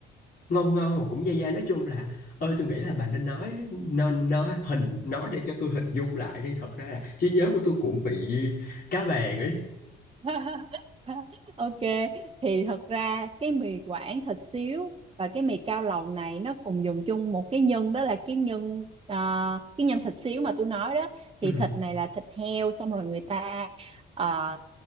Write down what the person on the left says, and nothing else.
ngon ngon mà cũng dai dai nói chung là ơi tôi nghĩ là bà nên nói nên nói hình nói để cho tôi hình dung lại đi thật ra là trí nhớ của tôi cũng bị cá vàng ấy
ừ